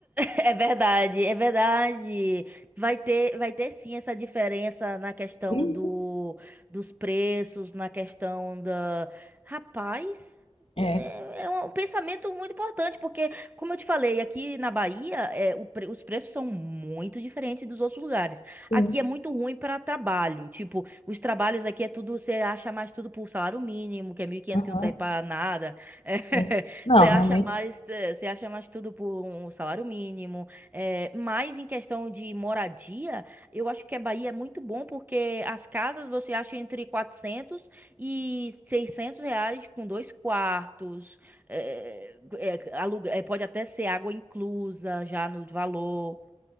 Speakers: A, on the right; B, on the left.
A: É verdade, é verdade. Vai ter, vai ter sim essa diferença na questão
B: Uhum.
A: do, dos preços, na questão da. Rapaz,
B: É,
A: né, é um pensamento muito importante, porque, como eu te falei, aqui na Bahia, é, o pre- os preços são muito diferentes dos outros lugares.
B: sim.
A: Aqui é muito ruim para trabalho. Tipo, os trabalhos aqui é tudo, você acha mais tudo por salário mínimo, que é mil e quinhentos
B: Aham,
A: que não serve para nada. <laughs>
B: sim. Não,
A: Você
B: realmente.
A: acha mais, eh, você acha mais tudo por um salário mínimo, eh, mas em questão de moradia, eu acho que a Bahia é muito bom porque as casas você acha entre quatrocentos e seiscentos reais com dois quartos, eh, eh, aluga- eh, pode até ser água inclusa já no valor.